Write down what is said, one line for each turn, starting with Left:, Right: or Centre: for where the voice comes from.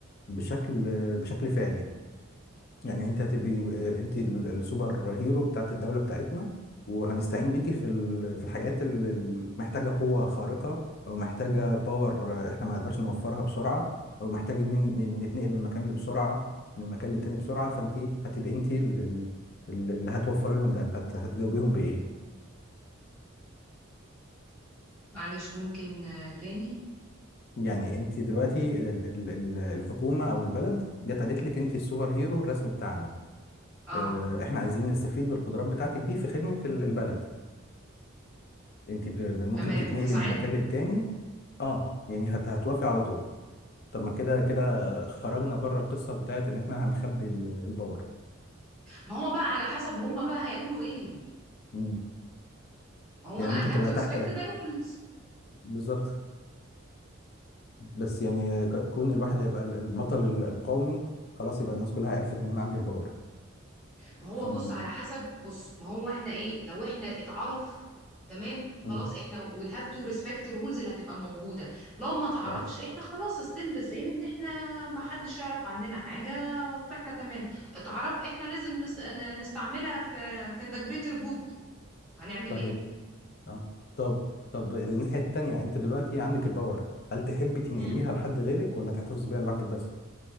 Left: بشكل بشكل فعلي يعني انت هتبقي آه، انت ال- السوبر هيرو بتاعت الدولة بتاعتنا وهنستعين بيكي في ال- في الحاجات اللي محتاجة قوة خارقة او محتاجة باور احنا ما نقدرش نوفرها بسرعة او محتاجين ن- ن- نتنقل من مكان لبسرعة من مكان للتاني بسرعة فانت هتبقي انت ال- ال- ال- اللي هتوفري لهم ده هت- هتجاوبيهم بإيه
Centre: معلش ممكن آه، تاني
Left: يعني انت دلوقتي ال- ال- ال- الحكومة او البلد جت قالت لك انت السوبر هيرو الرسمي بتاعنا
Centre: اه
Left: اه، احنا عايزين نستفيد بالقدرات بتاعتك دي في خدمة ال- البلد انت ب- ب- ممكن
Centre: تمام
Left: تتنقلي
Centre: هساعدهم
Left: من مكان للتاني اه يعني هت هتوافقي على طول طب ما كده كده خرجنا بره القصه بتاعت ان احنا هنخبي ال- الباور
Centre: ما هو بقى على حسب هم بقى هيقولوا ايه
Left: مم.
Centre: ما هو
Left: يعني
Centre: انا I
Left: ممكن
Centre: have
Left: تبقى
Centre: to respect
Left: تحت
Centre: the rules
Left: بالظبط بس يعني ك- كون الواحد هيبقى ال- البطل ال- القومي خلاص يبقى الناس كلها عرفت ان انا عندي الباور
Centre: ما هو
Left: فما
Centre: بص على حسب بص ما هو احنا ايه لو احنا اتعرف تمام
Left: مم.
Centre: خلاص احنا we'll have to respect الرولز اللي هتبقى موجودة لو ما تعرفش
Left: تمام
Centre: احنا خلاص still the same ان احنا ما حدش يعرف عننا حاجة فاحنا تمام اتعرف احنا لازم نس... ن- نستعملها في في the greater good هنعمل
Left: صحيح
Centre: ايه؟
Left: اه طب طب الناحيه التانيه انت دلوقتي عندك الباور هل تحبي تنقليها
Centre: امم
Left: لحد غيرك ولا تحتفظ بيها لوحدك بس